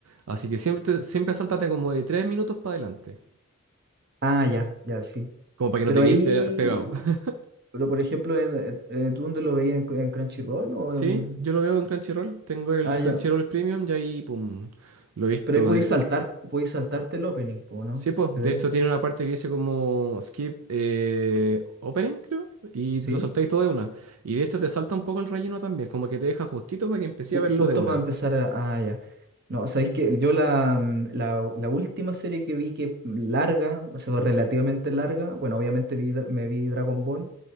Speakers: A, on the right; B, on the right.
A: Así que siempre, siempre sáltate como de tres minutos para adelante.
B: Ah, ya, ya, sí.
A: Como para que
B: Pero
A: no te
B: ahí,
A: quedes pe- pegado. <laughs>
B: pero por ejemplo, en, en- eh, ¿tú dónde lo veías en, en Crunchyroll o
A: Sí,
B: en...
A: yo lo veo en Crunchyroll. Tengo el
B: Ah, ya,
A: Crunchyroll Premium y ahí, pum, lo he visto.
B: pero ahí podéis
A: de-
B: saltar, podéis saltarte el opening, pues, ¿no?
A: Sí, pues,
B: ¿Te
A: de
B: ves?
A: hecho tiene una parte que dice como skip eh, opening, creo, y
B: ¿Sí?
A: te lo saltáis todo de una. Y de hecho te salta un poco el relleno también, como que te deja justito para que empecé
B: Ju-
A: a verlo
B: Justo
A: de una.
B: para empezar a, ah, ya. No, sabéis que yo la, mm, la, la última serie que vi que mm, larga, o sea, relativamente larga, bueno, obviamente vi, Dra- me vi Dragon Ball,